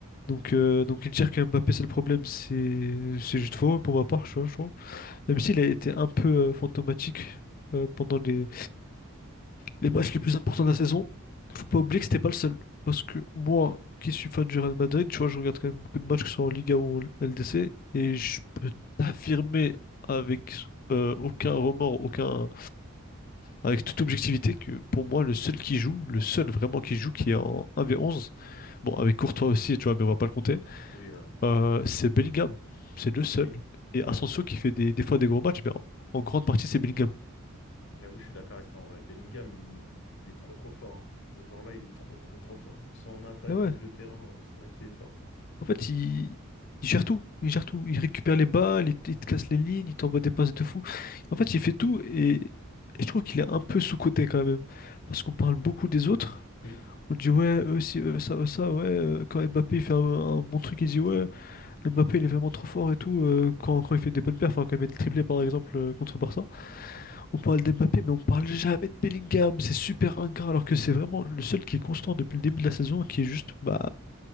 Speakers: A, on the left; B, on the left.
A: Donc, euh, donc dire que Mbappé c'est le problème, c'est c'est juste faux pour ma part, je je trouve. Même s'il a été un peu euh, fantomatique euh, pendant les, les matchs les plus importants de la saison, faut pas oublier que c'était pas le seul. Parce que moi, qui suis fan du Real Madrid, tu vois, je regarde quand même beaucoup de matchs, que ce soit en Liga ou en LDC, et je peux t'affirmer avec euh, aucun remords, aucun... avec toute objectivité, que pour moi, le seul qui joue, le seul vraiment qui joue, qui est en 1v11, bon, avec Courtois aussi, tu vois, mais on va pas le compter,
B: Oui, ouais.
A: euh, c'est Bellingham, c'est le seul.
B: Oui.
A: Et Asensio
B: Ouais,
A: qui fait des, des fois des gros matchs, mais en, en grande partie c'est Bellingham.
B: j'avoue, je suis d'accord avec toi en vrai. Bellingham, il, il est trop trop fort. hein. Ce joueur-là, il est trop trop trop fort. Que ce soit en attaque,
A: Ah ouais.
B: au milieu de terrain, ouais, c'est vrai qu'il est fort.
A: En fait, il, il gère tout, il gère tout. Il récupère
B: Ouais.
A: les balles, il, te il te casse les lignes, il t'envoie des passes de fou. En fait, il fait tout et, et je trouve qu'il est un peu sous-coté quand même. Parce qu'on parle beaucoup des autres.
B: Oui.
A: On dit ouais, eux si, eux ça, eux ça, ouais. euh, Quand Mbappé il fait un, un bon truc, il dit ouais, Mbappé il est vraiment trop fort et tout. euh, Quand, quand il fait des bonnes perfs, hein, quand il met des triplés par exemple euh, contre Barça. On parle d'Mbappé, mais on parle jamais de Bellingham. C'est super ingrat, alors que c'est vraiment le seul qui est constant depuis le début de la saison, et qui est juste bah